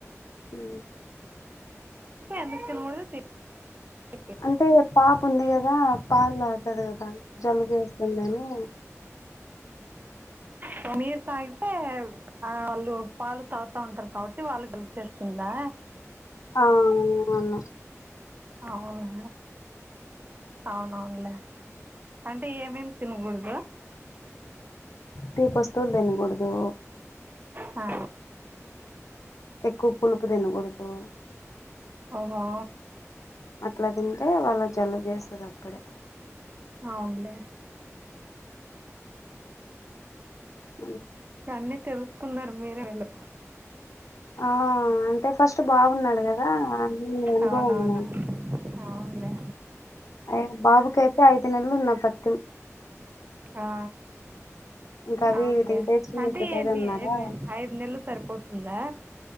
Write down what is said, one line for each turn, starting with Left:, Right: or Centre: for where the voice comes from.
Left: ఊ
Right: ఎందుకు తినకూడదు తీపి
Left: అంటే పాప ఉంది గదా పాలు తాగతాది కదా అని జలుబు చేస్తుందని
Right: సో మీర్ తాయితే ఆ అళ్ళు పాలు తాగుతా ఉంటరు కాబట్టి వాళ్ళకి హెల్ప్ చేస్తుందా
Left: ఆ అవును మల్ల
Right: అవునా అవునవున్లే అంటే ఏమేం తినగూడదు
Left: తీప్ వస్తూల్ దినగూడదు
Right: ఆ
Left: ఎక్కువ పులుపు దినగూడదు
Right: అవునా
Left: అట్లా తింటే వాళ్ళ జలుబ్ జేస్తది అప్పుడే
Right: అవున్లే
Left: ఊ
Right: అన్నీ తెలుసుకున్నారు మీరే వెళ్ళు
Left: ఆ అంటే ఫస్ట్ బావున్నాడు గదా అన్నీ అనుభవం
Right: అవునవును
Left: నాకు
Right: అవునులే
Left: అయ్ బాబుకైతే ఐదు నెల్లు ఉన్నప్పట్కెల్
Right: ఆ
Left: ఇంకా అవి
Right: అవున్లే
Left: తింటే చీము
Right: అంటే
Left: ఎక్కుతది
Right: ఎన్ని
Left: అన్నారా
Right: ఎన్ని ఐదు నెల్లు సరిపోత్ ఉందా